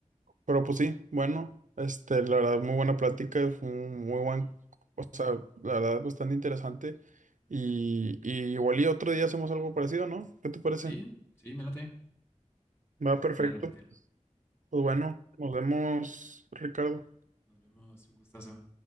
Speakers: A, on the right; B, on the left.
A: pero pues sí, bueno, este, la verdad, muy buena plática, fue un muy buen O sea, la verdad, bastante interesante. Y, y igual y otro día hacemos algo parecido, ¿no? ¿Qué te parece?
B: sí, sí, me late. Me
A: Va
B: late
A: perfecto.
B: volver a repetirlo.
A: Pues bueno, nos vemos, Ricardo.
B: Nos vemos, un gustazo.